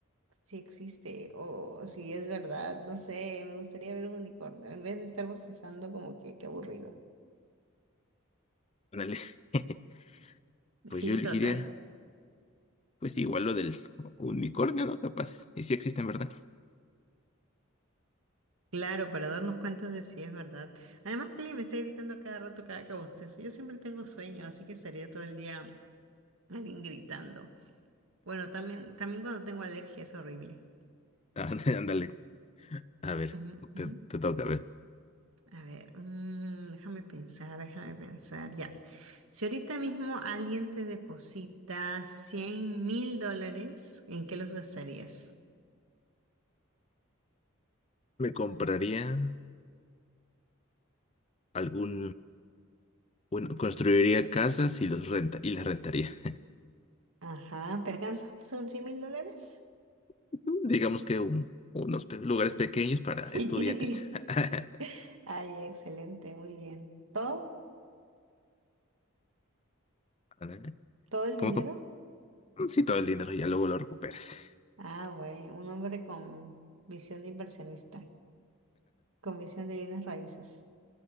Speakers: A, on the right; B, on the left.
A: si existe o, si es verdad. No sé, me gustaría ver un unicornio en vez de estar bostezando como que qué aburrido.
B: ándale. <laughs>
A: Sí,
B: Pues yo elegiría,
A: total.
B: pues igual lo del unicornio, ¿no? Capaz. Y sí existen, ¿verdad?
A: Claro, para darnos cuenta de si es verdad. Además que alguien me está gritando a cada rato, cada que bostezo. Yo siempre tengo sueño, así que estaría todo el día alguien gritando. Bueno, también, también cuando tengo alergia es horrible.
B: <laughs> Ándale, ándale. A ver,
A: Ujú,
B: te,
A: ujú.
B: te toca, a ver.
A: A ver, mm, déjame pensar, déjame pensar. Ya. Si ahorita mismo alguien te deposita cien mil dólares, ¿en qué los gastarías?
B: Me compraría algún, bueno, construiría casas y los renta, y las rentaría.
A: Ajá, ¿te alcanzas? ¿Son cien mil dólares?
B: <laughs> Digamos que un- unos pe- lugares pequeños para
A: <laughs>
B: estudiantes. <laughs>
A: Ay, excelente, muy bien. ¿Todo?
B: Ándale.
A: ¿Todo el
B: Como,
A: dinero?
B: como, sí, todo el dinero ya luego lo recuperas.
A: Ah, güey, un hombre con visión de inversionista, con visión de bienes raíces.